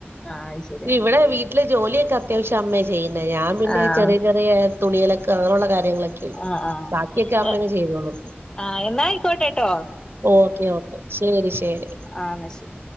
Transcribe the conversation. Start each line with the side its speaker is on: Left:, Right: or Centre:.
Left: ആഹ് അത് ശരി അങ്ങനെ
Right: ഇവിടെ വീ വീട്ടില് ജോലിയൊക്കെ അത്യാവശ്യം അമ്മേ ചെയ്യുന്ന ഞാൻ പിന്നെ
Left: ആഹ്
Right: ചെറിയ ചെറിയ തുണികലൊക്കെ അങ്ങനുള്ള കാര്യങ്ങളൊക്കെ
Left: ആഹ് ആഹ്
Right: ബാക്കിയൊക്കെ അമ്മേനെ ചെയ്തോള്ളു
Left: ആഹ് എന്നായിക്കോട്ടെട്ടോ
Right: ഓക്കെ ഓക്കെ ശരി ശരി
Left: ആഹ് ന്നാ ശരി